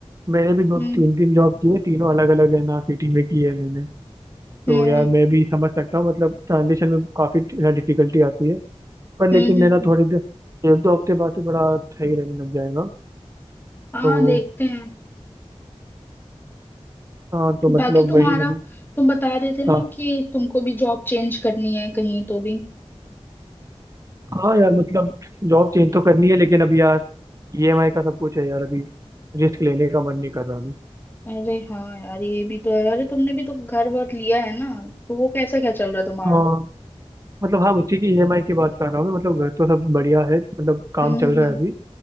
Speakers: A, on the right (about 30°); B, on the left (about 20°).
A: मैंने भी दो
B: हम्म
A: तीन तीन जॉब की है तीनों अलग अलग है ना सिटी में की है मैंने तो
B: हम्म
A: यार मैं भी समझ सकता हूँ मतलब ट्रांजिशन में काफ़ी डिफिकल्टी आती है पर
B: हम्म
A: लेकिन
B: हम्म,
A: है ना
B: हम्म।
A: थोड़ी देर एक दो हफ्ते बाद से बड़ा सही रहने लग जाएगा
B: हाँ
A: तो
B: देखते हैं
A: हाँ तो मतलब
B: बाकी तुम्हारा
A: वही है
B: तुम बता रहे थे ना
A: हाँ
B: कि तुमको भी जॉब चेंज करनी है कहीं तो भी
A: हाँ यार मतलब जॉब चेंज तो करनी है लेकिन अभी यार ईएमआई का सब कुछ है यार अभी रिस्क लेने का मन नहीं कर रहा अभी
B: अरे हाँ यार ये भी तो है अरे तुमने भी तो घर वर लिया है ना तो वो कैसा क्या चल रहा है तुम्हारा
A: हाँ मतलब हाँ बच्चे की ईएमआई की बात कर रहा हूँ मैं मतलब घर तो सब बढ़िया है मतलब काम
B: हम्म
A: चल
B: हम्म
A: रहा है अभी